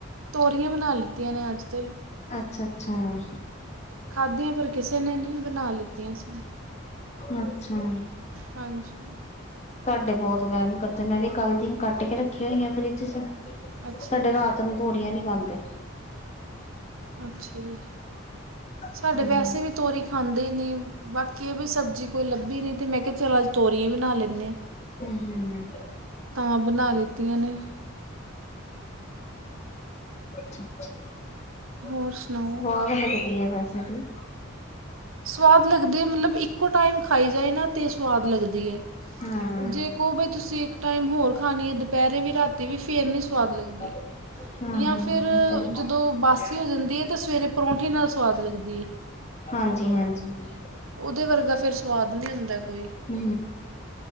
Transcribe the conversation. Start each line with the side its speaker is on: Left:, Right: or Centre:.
Right: ਤੋਰੀਆਂ ਬਣਾ ਲਿੱਤੀਆਂ ਨੇ ਅੱਜ ਤੇ।
Left: ਅੱਛਾ ਅੱਛਾ ਆ
Right: ਖਾਧੀਆਂ ਪਰ ਕਿਸੇ ਨੇ ਨੀ ਬਣਾ ਲਿੱਤੀਆਂ ਸੀ
Left: ਆਛਾ
Right: ਹਾਂਜੀ
Left: ਸਾਡੇ ਬਹੁਤ ਵਹਿਮ ਕਰਦੇ ਨੇ ਮੈ ਵੀ ਕੱਲ ਦੀਆਂ ਕੱਟ ਕੇ ਰੱਖਿਆ ਹੋਈ ਆ ਫਰਿੱਜ ਚ
Right: ਅੱਛਾ
Left: ਸਾਡੇ
Right: ਜੀ
Left: ਰਾਤ ਨੂੰ ਤੋਰੀਆਂ ਨਹੀ ਖਾਂਦੇ ਏ
Right: ਅੱਛਾ ਜੀ ਸਾਡੇ
Left: ਹੂੰ।
Right: ਵੈਸੇ ਵੀ ਤੋਰੀ ਈ ਖਾਂਦੇ ਨੀ ਬਾਕੀ ਇਹ ਵੀ ਸਬਜ਼ੀ ਕੋਈ ਲੱਭੀ ਨੀ ਤੇ ਮੈਂ ਕਿਹਾ ਚਲ ਅੱਜ ਤੋਰੀਆਂ ਬਣਾ ਲੈਂਣੇ ਆ
Left: ਹੂ ਹੂੰ
Right: ਤਾਂ ਬਣਾ ਲਿੱਤੀਆਂ ਨੇ
Left: ਅਛਾ ਅੱਛਾ
Right: ਹੋਰ ਸੁਣਾਓ
Left: ਸਵਾਦ ਲੱਗਦੀ ਐ ਵੈਸੇ ਏ
Right: ਸਵਾਦ ਲੱਗਦੇ ਐ ਮਤਲਬ ਇੱਕੋ ਟਾਈਮ ਖਾਈ ਜਾਏ ਨਾ ਤੇ ਸਵਾਦ ਲੱਗਦੀ ਐ
Left: ਹਾਂ।
Right: ਜੇ ਕਾਉ ਬਾਈ ਤੁਸੀਂ ਇੱਕ ਟਾਈਮ ਹੋਰ ਖਾਣੀ ਐ ਦੁਪਹਿਰੇ ਵੀ ਰਾਤੀ ਵੀ ਫਿਰ ਨਹੀਂ ਸਵਾਦ ਲੱਗਦੇ
Left: ਹੂੰ-ਹੂੰ
Right: ਏ ਜਾਂ ਫਿਰ
Left: ਤੇ
Right: ਜਦੋਂ ਬਾਸੀ ਹੋ ਜਾਂਦੀ ਐ ਤੇ ਸਵੇਰੇ ਪਰੌਂਠੇ ਨਾਲ ਸਵਾਦ ਲੱਗਦੀ ਐ
Left: ਹਾਂਜੀ ਹਾਂਜੀ
Right: ਉਦੇ ਵਰਗਾ ਫੇਰ ਸਵਾਦ ਨਹੀਂ ਹੁੰਦਾ ਕੋਈ
Left: ਹੂੰ